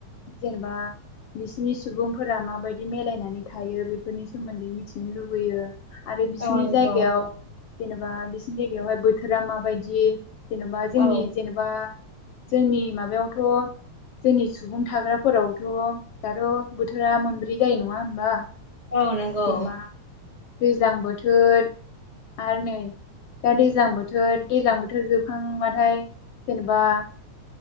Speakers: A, on the left; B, on the right.
A: जेनेबा बि सिनि सुबुंफोरा माबायदि मिलायनानै थायो बेफोरनि सोमोन्दै मिथिनो लुबैयो आरो बिसिनि
B: औ नंगौ
A: जायगायाव जेनेबा बिसिनि जायगायावहाय बोथोरा माबायदि जेनेबा जोंनि
B: औ
A: जेनेबा जोंनि माबायावथ' जोंनि सुबुं थाग्रा फोरावथ' दाथ' बोथोरा मोनब्रै जायो नङा होमबा
B: औ नंगौ
A: जेनेबा दैज्लां बोथोर आरो नै दा दैज्लां बोथोर दैज्लां बोथोर जोबखांबाथाय जेनेबा